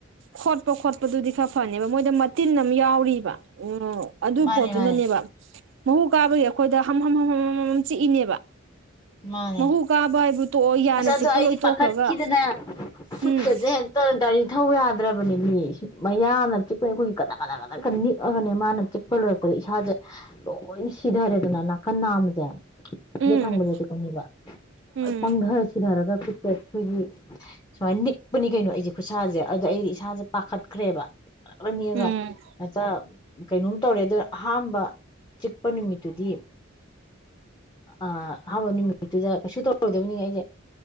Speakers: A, on the right; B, on the left.
A: ꯈꯣꯠꯄ ꯈꯣꯠꯄꯗꯨꯗꯤ ꯈꯔ ꯐꯅꯦꯕ ꯃꯣꯏꯗ ꯃꯇꯤꯟ ꯑꯃ ꯌꯥꯎꯔꯤꯕ ꯑꯗꯨ
B: ꯃꯥꯅꯦ
A: ꯄꯣꯠꯇꯨꯅꯅꯦꯕ
B: ꯃꯥꯅꯦ
A: ꯃꯍꯨ ꯀꯥꯕꯒꯤ ꯑꯩꯈꯣꯏꯗ ꯍꯝ ꯍꯝ ꯍꯝ ꯍꯝ ꯍꯝꯃꯝ ꯆꯤꯛꯏꯅꯦꯕ
B: ꯃꯥꯅꯦ
A: ꯃꯍꯨ ꯀꯥꯕ ꯍꯥꯏꯕ ꯇꯣꯛꯑꯣ ꯌꯥꯅ
B: ꯑꯁ ꯑꯗꯣ
A: ꯆꯤꯛꯄ
B: ꯑꯩꯗꯤ
A: ꯂꯣꯏ
B: ꯄꯥꯈꯠꯈꯤꯗꯅ
A: ꯇꯣꯛꯈ꯭ꯔꯒ
B: ꯈꯨꯠꯀꯁꯦ
A: ꯎꯝ
B: ꯍꯦꯛꯇ ꯒꯥꯔꯤ ꯊꯧꯕ ꯌꯥꯗ꯭ꯔꯕꯅꯦ ꯃꯤ ꯁ ꯃꯌꯥꯅ ꯆꯤꯛꯄꯒꯤ ꯑꯩꯈꯣꯏꯒꯤ ꯒꯗꯛ ꯒꯗꯛ ꯅꯤꯛ ꯑꯅꯦ ꯃꯥꯅ ꯆꯤꯛꯄ ꯂꯣꯏꯔ ꯑꯗ ꯏꯁꯥꯁꯦ ꯂꯣꯏꯅ ꯁꯤꯊꯔꯦꯗꯅ ꯅꯥꯀꯟ ꯅꯥꯝꯃꯖꯦ
A: ꯎꯝ
B: ꯌꯦꯠ ꯊꯪꯕꯗ ꯆꯤꯛꯄ ꯍꯣꯏ
A: ꯎꯝ
B: ꯄꯪꯊꯔ ꯁꯤꯊꯔꯒ ꯑꯩꯈꯣꯏꯒꯤ ꯁꯨꯃꯥꯏꯅ ꯅꯤꯛꯄꯅꯤ ꯀꯩꯅꯣ ꯑꯩꯁꯦ ꯈꯨꯠꯁꯥꯁꯦ ꯑꯗ ꯑꯩꯗꯤ ꯏꯁꯥꯁꯦ ꯄꯥꯈꯠꯈ꯭ꯔꯦꯕꯂꯅꯤꯒ
A: ꯎꯝ
B: ꯍꯇ ꯀꯩꯅꯣꯝ ꯇꯧꯔꯦ ꯑꯗ ꯑꯍꯥꯟꯕ ꯆꯤꯛꯄ ꯅꯨꯃꯤꯠꯇꯨꯗꯤ ꯑ ꯑꯍꯥꯟꯕ ꯅꯨꯃꯤꯠꯇꯨꯗ ꯀꯩꯁꯨ ꯇꯧꯔꯣꯏꯗꯕꯅꯤꯉ ꯑꯩꯁꯦ